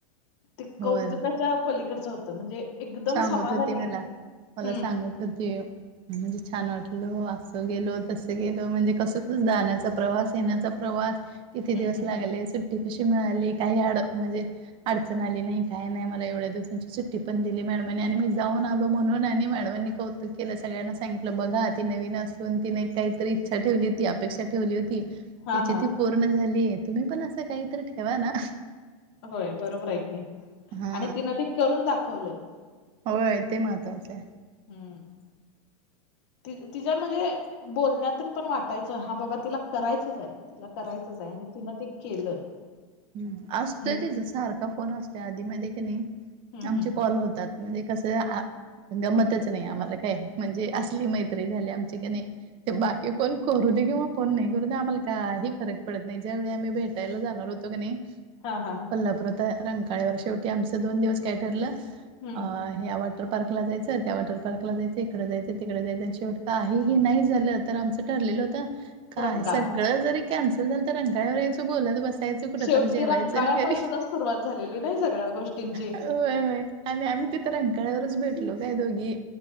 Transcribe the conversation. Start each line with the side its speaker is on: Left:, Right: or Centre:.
Left: ते कौतुकाच्या
Right: होय होय.
Left: पलीकडचं होतं म्हणजे एकदम- समाधानी
Right: सांगत होती मला मला
Left: हं.
Right: सांगत होती म्हणजे छान वाटल असं गेलो तसं गेल म्हणजे कसं कस जाण्याचा प्रवास येण्याचा - प्रवास किती
Left: हं,
Right: दिवस
Left: हं.
Right: लागले. सुट- कशी मिळाली काही अड म्हणजे अडचण आली नाही, काय नाही, मला एवढ्या दिवसांची सुट्टी पण दी - मॅडमनी आणि मी जाऊन आलो म्हणून आणि मॅडमांनी कौतुक केलं सगळ्यांना सांगितलं बघा ती नवीन असु - तिने काहीतरी इच्छा ठेवली होती, अपेक्षा ठेवली होती.
Left: हां,
Right: तिची
Left: हां.
Right: ती पूर्ण झाली, तुम्ही पण असं काहीतरी ठेवा ना.
Left: होय बरोबर आहे की,
Right: हा
Left: आणि तिनं ते करून दाखवलं.
Right: होय ते महत्त्वाचं आहे.
Left: हम्म ते तिच्या म्हणजे बोलण्यातून पण वाटायचं हा बाबा तिला करायचच आहे, तिला करायचंच आहे. आणि तिनं ते केलं.
Right: ह असतोय
Left: हे
Right: तिचा सारखा फोन असतोय, आधी मधी की नाही
Left: हम्म,
Right: आमचे
Left: हम्म.
Right: कॉल होतात. म्हणजे कसं गमतच नाही आम्हाला काय. म्हणजे असली मैत्री झाली आमची की नाही, ते बाकी कोण- करू दे किंवा फोन नाही करू दे आम्हाला काही फरक पडत नाही ज्यावेेळी आम्ही भेटायला जाणार होतो क नाही.
Left: हा हा
Right: कोल्हापुरात रंकाळ्यावर, शेवटी आमचं दोन दिवस काय ठरलं.
Left: हम्म
Right: अ- ह्या वॉटर पार्क ला जायचं, त्या वॉटर पार्क जायच, इकडे जायचं, तिकडे जायच, आणि शेवटी - काहीही नाही झालं, तर आमचं ठरलेलं होत, काय
Left: रंकाळा
Right: सगळ- जरी कॅनसल झाल तर रंकाळ्यावर याच बोलत बस- कुठ
Left: शेवटी
Right: तर जेवायचं
Left: रंकाळ्यापासूनच
Right: आणि घरी,
Left: सुरुवात झालेली नाही सगळ्या गोष्टींची
Right: होय होय. आणि आम्ही तिथं रंगकाळ्यावरच भेटलो काय दोघी.